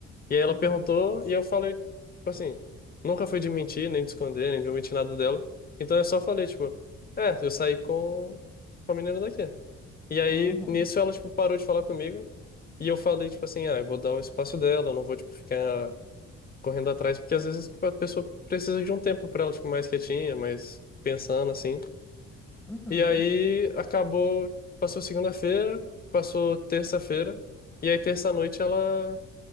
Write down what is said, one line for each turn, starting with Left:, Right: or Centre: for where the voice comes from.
Left: E aí ela
Centre: Uhum.
Left: perguntou e eu falei, tipo assim, nunca fui de mentir, nem de esconder, nem de omitir nada dela. Então eu só falei, tipo, é, eu saí com, com a menina daqui. E aí
Centre: Uhum.
Left: nisso ela, tipo, parou de falar comigo. E eu falei, tipo assim, ah, eu vou dar o espaço dela, eu não vou, tipo, ficar correndo atrás, porque às vezes, tipo, a pessoa precisa de um tempo pra ela, tipo, mais quietinha, mais pensando, assim.
Centre: Uhum.
Left: E aí acabou, passou segunda-feira, passou terça-feira. E aí terça-noite ela,